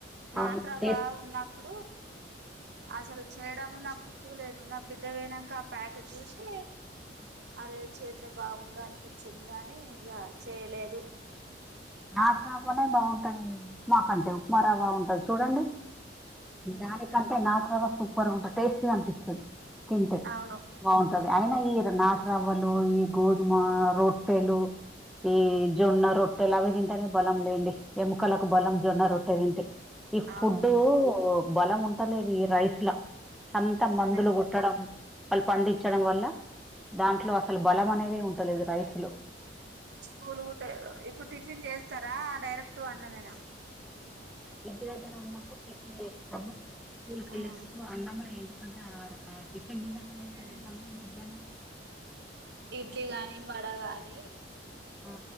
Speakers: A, in the centre; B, on the right.
A: అవును
B: నాట్రవ్వా
A: టేస్ట్
B: ఉన్నప్పుడు అసలు చేయడము నాకు గుర్తుకులేదు నా బిడ్డ పోయినంక ఆ ప్యాకెట్ చూసీ అదే చేత్తే బాగుండు అనిపిచ్చింది గనీ ఇగ చేయలేదు.
A: నాట్రవ్వ బాగుంటది ఈ ఉప్మా కంటే ఉప్మా రవ్వ ఉంటది చూడండి దానికంటే నాట్రవ్వ సూపర్ గుంటది టేస్టీగా అనిపిస్తది. తింటే
B: అవును
A: బాగుంటది అయి ఈ నాట్ రవ్వలు ఈ గోధుమ రొట్టెలు ఈ జొన్న రొట్టెలవి తిన్ టేనే బలం లెండి. ఎముకలకు బలం జొన్న రొట్టె తింటే ఈ
B: అవును
A: ఫుడ్డూ బలం ఉంటలేదు ఈ రైస్ల అంత
B: ఉండలేదు
A: మందులు కొట్టడం వాళ్ళు పండిచ్చడం వల్ల దాంట్లో అసలు బలం అనేదే ఉంటలేదు రైస్లో
B: స్కూలు ఉంటే ఇప్పుడు టిఫిన్ చేస్తారా డైరెక్టు అన్నమేనా
A: ఇంటి దగ్గర ఉన్నప్పుడు టిఫిన్ చేస్తము స్కూల్కెళ్ళేటప్పుడు
B: ఉమ్.
A: అన్నము ఎ అంటే ఆ <inaudible> టిఫిన్ తిన్న తర్వాత
B: ఉమ్.
A: మా మధ్యాహ్నం
B: ఇడ్లీ గాని, వడ గాని
A: ఆ